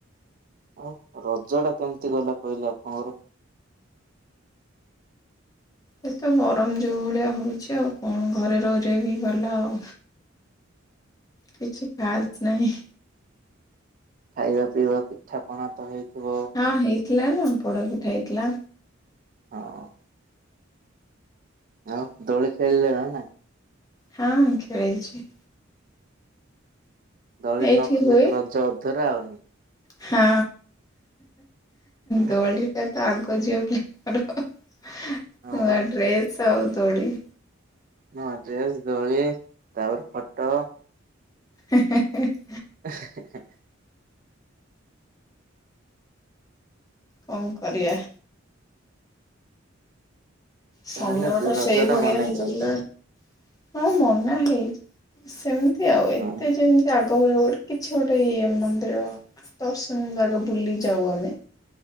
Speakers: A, on the right; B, on the left.
A: ଆଉ ରଜ ଟା କେମତି ଗଲା କହିଲେ ଆପଣଙ୍କର?
B: ଏତ ଗରମ ଯୋଉ ଭଳିଆ ହଉଛି ଆଉ କଣ ଘରେ ରହି ରହି କି ଗଲା ଆଉ। କିଛି ଖାସ୍ ନାହିଁ।
A: ଖାଇବା ପିଇବା ପିଠାପଣା ତ ହେଇଥିବ?
B: ହଁ ହେଇଥିଲା ନା ପୋଡପିଠା ହେଇଥିଲା।
A: ହଁ। ଆଉ ଦୋଳି ଖେଳିଲେ ନା ନାଇଁ?
B: ହଁ ଖେଳଛି।
A: ଦଳି
B: ଏଇଠି
A: ନ ଖେଳିଲେ
B: ହୁଏ।
A: ତ ରଜ ଅଧୁରା ଆଉ ନାଇକି?
B: ହଁ
A: ନାଇଁ
B: ଦୋଳି କତ ତା ଆଗ ଝିଅ ପିଲାଙ୍କର ନୂଆ
A: ହଁ ପରା।
B: ଡ୍ରେସ୍ ଆଉ ଦୋଳି।
A: ନୂଆଁ ଡ୍ରେସ ଦୋଳି ତାପରେ ଫଟୋ।
B: ହେଁ ହେଁ ହେଁ।
A: ହେଁ ହେଁ ହେଁ।
B: କଁ କରିବା? ସମୟ
A: ତାହେଲେ
B: ଟା
A: ରଜ
B: ସେଇ ଭଳିଆ
A: ମନେଇଛନ୍ତି
B: ହେଇଗଲା। ହଁ ମନା ହେଇଚି ସେମିତି ଆଉ ଏତେ
A: ହଁ।
B: ଯେମିତି ଆଗ ତୋଉଡ କିଛି ଗୋଟେ ଇଏ ମନ୍ଦିର ଦର୍ଶନ ଜାଗା ବୁଲି ଯାଉ ଆମେ।